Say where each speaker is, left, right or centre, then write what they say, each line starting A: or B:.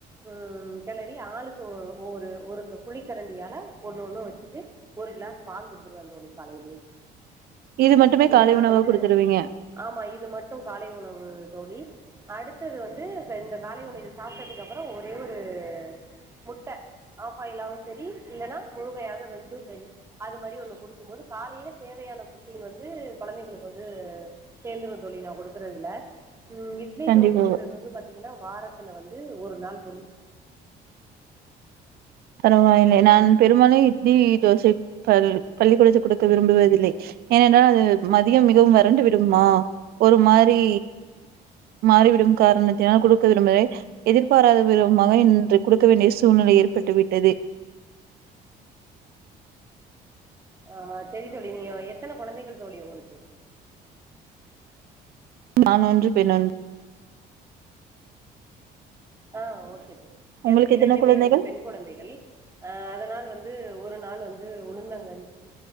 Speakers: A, on the right; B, on the right.
A: உம் கெளறி ஆளுக்கு ஒ ஒரு ஒரு குளிகரண்டியால ஒன்னொன்னு வெச்சுட்டு ஒரு க்ளாஸ் பால் குடுத்துருவன் தோழி காலேலியே
B: இது மட்டுமே
A: இதுதா
B: காலை உணவா
A: வந்து
B: குடுத்துருவீங்க.
A: ஆமா இது மட்டு காலை உணவு தோழிப அடுத்தது வந்து இந்த காலை உணவு சாப்டதுக்கு அப்றொ ஒரே ஒரு முட்ட ஆப்பாய்லாவு செரி இல்லனா முழுமையாக வெந்து செரி அது மாரி ஒண்ணு குடுக்கும்போது காலைல தேவையான ப்ரொட்டீன் வந்து கொழந்தைகளுக்கு வந்து சேர்ந்துடு தோழி நா குடுக்கறதுல உம் இட்லி
B: கண்டிப்பாக.
A: தோசங்கறது வந்து பாத்தீங்கனா வாரத்துல வந் து ஒரு நாள் தோழி
B: பரவால்ல நான் பெரும்பாலும் இட்லி தோசை பள் பள்ளிக்கூடச்ச கொடுக்க விரும்புவதில்லை ஏனென்றால் மதியம் மிகவும் வறண்டு விடுமா ஒரு மாறி மாறிவிடும் காரணத்தினால் கொடு <unintelligible> எதிர்பாராத விதமாக இன்று கொடுக்க வேண்டிய சூழ்நிலை பட்டுவிட் <unintelligible>
A: ஆஹ் செரி தோழி நீங்க எத்தன குழந்தைகள் தோழி உங்ளுக்கு
B: ஆன்றொன்று பெண்ணொன்
A: ஆஹ் ஓகே தோழி
B: உங்களுக்கு
A: எனக்கு
B: எத்தன
A: இரண்டுமே
B: குழந்தைகள்
A: வந்து பெண் குழந்தைகள் ஆஹ் அதனால் வந்து ஒரு நாள் வந்து உளுந்தங் கஞ் சி